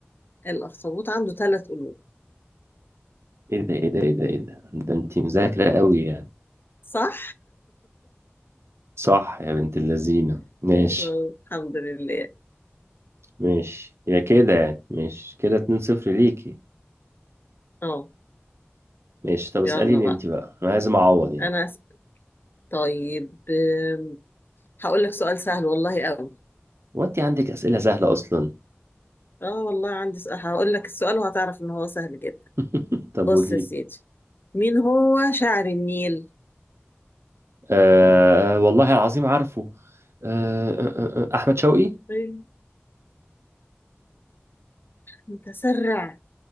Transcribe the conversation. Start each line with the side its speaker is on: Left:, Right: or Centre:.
Left: الأخطبوط عنده ثلاث قلوب
Right: ايه ده ايه ده ايه ده ايه ده ده انت مذاكره قوي
Left: صح؟
Right: صح يا بنت اللذينة ماشي
Left: آه، الحمد لله
Right: ماشي يا كده يعني ماشي كده 2-0 ليكي
Left: اه
Right: ماشي طب اسأليني
Left: يلا بقى
Right: انت بقى انا لازم اعوض يعني
Left: انا أس... طيب آم، هقول لك سؤال سهل والله قوي
Right: هو انت عندك اسئلة سهلة اصلا
Left: اه والله عندي سؤال هقول لك السؤال وهتعرف ان هو سهل جدا
Right: <laughs> طب
Left: بص
Right: قولي
Left: يا سيدي مين هو شاعر النيل
Right: آه والله العظيم عارفه آه آه آه آه، احمد شوقي
Left: إيه، متسرع